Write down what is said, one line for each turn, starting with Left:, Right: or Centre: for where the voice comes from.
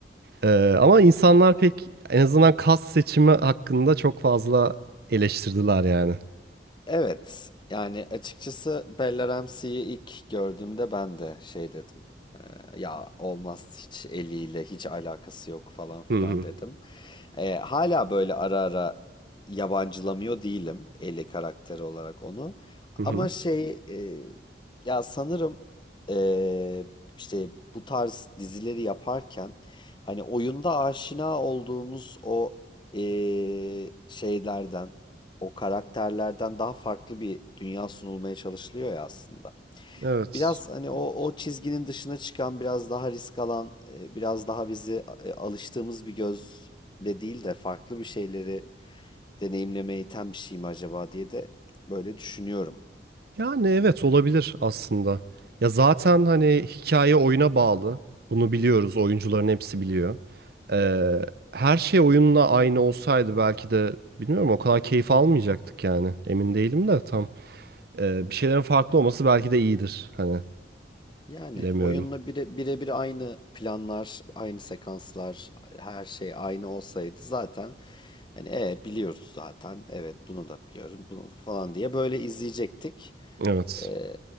Right: Ee, ama insanlar pek en azından kas seçimi hakkında çok fazla eleştirdiler yani.
Left: Evet. Yani açıkçası Bella Ramsey'i ilk gördüğümde ben de şey dedim. Ee, ya olmaz hiç eliyle hiç alakası yok falan filan
Right: Hı hı.
Left: dedim. Ee, hala böyle ara ara yabancılamıyor değilim Ellie karakteri olarak onu.
Right: Hı
Left: Ama
Right: hı.
Left: şey e, Ya sanırım eee, işte bu tarz dizileri yaparken hani oyunda aşina olduğumuz o eee, şeylerden, o karakterlerden daha farklı bir dünya sunulmaya çalışılıyor ya aslında.
Right: Evet.
Left: Biraz hani o,
Right: Evet.
Left: o çizginin dışına çıkan, biraz daha risk alan, e, biraz daha bizi e, alıştığımız bir gözle değil de farklı bir şeyleri deneyimlemeye iten bir şey mi acaba diye de böyle düşünüyorum.
Right: Yani evet olabilir aslında. Ya zaten hani hikaye oyuna bağlı. Bunu biliyoruz. Oyuncuların hepsi biliyor. Ee, her şey oyunla aynı olsaydı belki de bilmiyorum o kadar keyif almayacaktık yani. Emin değilim de tam. Ee, bir şeylerin farklı olması belki de iyidir. Hani
Left: Yani
Right: bilemiyorum.
Left: oyunla bire, birebir aynı planlar, aynı sekanslar, her şey aynı olsaydı zaten hani e, biliyoruz zaten. Evet bunu da biliyorum bunu falan diye böyle izleyecektik.
Right: Evet.
Left: Ee,